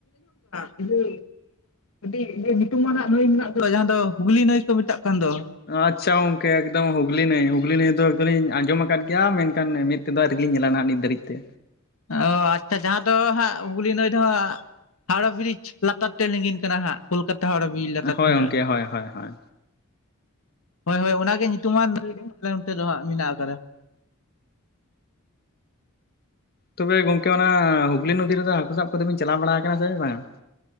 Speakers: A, on the left; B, on the left.
A: <inaudible> ᱟᱹᱰᱤ ᱧᱩᱛᱩᱢᱢᱟᱱᱟᱜ ᱱᱟᱹᱭ ᱢᱮᱱᱟᱜ ᱫᱚ ᱡᱟᱦᱟᱸ ᱫᱚ ᱦᱩᱜᱽᱞᱤ ᱱᱟᱹᱭ ᱠᱚ ᱢᱮᱛᱟᱜ ᱠᱟᱱ ᱫᱚ᱾
B: ᱟᱪᱪᱷᱟ ᱜᱚᱝᱠᱮ ᱮᱠᱫᱚᱢ ᱦᱩᱜᱽᱞᱤ ᱱᱟᱹᱭ ᱦᱩᱜᱽᱞᱤ ᱱᱟᱹᱭ ᱫᱚ ᱮᱠᱫᱚᱢᱞᱤᱧ ᱟᱸᱡᱚᱢ ᱠᱟᱫ ᱜᱮᱭᱟ ᱢᱮᱱᱠᱷᱟᱱᱼᱼ ᱢᱮᱥ ᱛᱮᱫᱚ ᱟᱣᱨᱤᱞᱤᱧ ᱧᱮᱞᱟ ᱱᱟᱦᱟᱜ ᱱᱤᱛ ᱫᱷᱟᱹᱨᱤᱡ ᱛᱮ᱾
A: ᱚ ᱟᱪᱪᱷᱟ ᱡᱟᱦᱟᱸ ᱫᱚ ᱦᱟᱸᱜ ᱦᱩᱜᱞᱤ ᱱᱟᱭ ᱫᱚ ᱦᱟᱸᱜᱼᱼ ᱦᱟᱣᱲᱟ ᱵᱨᱤᱡᱽ ᱞᱟᱛᱟᱨ ᱛᱮ ᱞᱤᱸᱜᱤᱱ ᱠᱟᱱᱟ ᱦᱟᱸᱜ ᱠᱳᱞᱠᱟᱛᱟ ᱦᱟᱣᱲᱟ ᱵᱨᱤᱡᱽ ᱞᱟᱛᱟᱨ
B: ᱦᱳᱭ
A: ᱛᱮ
B: ᱜᱚᱝᱠᱮ
A: ᱦᱟᱸᱜᱼᱼ
B: ᱦᱳᱭ ᱦᱳᱭ ᱦᱳᱭ
A: ᱦᱳᱭ ᱦᱳᱭ ᱚᱱᱟᱜᱮ ᱧᱩᱛᱩᱢᱟᱱ ᱞᱟᱹᱭ ᱟᱞᱮ ᱱᱚᱱᱛᱮ ᱫᱚ ᱦᱟᱸᱜ ᱢᱤᱱᱟᱜ ᱟᱠᱟᱫᱟ᱾
B: ᱛᱚᱵᱮ ᱜᱚᱝᱠᱮ ᱚᱱᱟ ᱦᱩᱜᱞᱤ ᱱᱚᱫᱤ ᱨᱮᱫᱚ ᱦᱟᱹᱠᱩ ᱥᱟᱵ ᱠᱚᱛᱮ ᱵᱤᱱ ᱪᱟᱞᱟᱣ ᱵᱟᱲᱟ ᱠᱟᱱᱟ ᱥᱮ ᱵᱟᱝᱟ?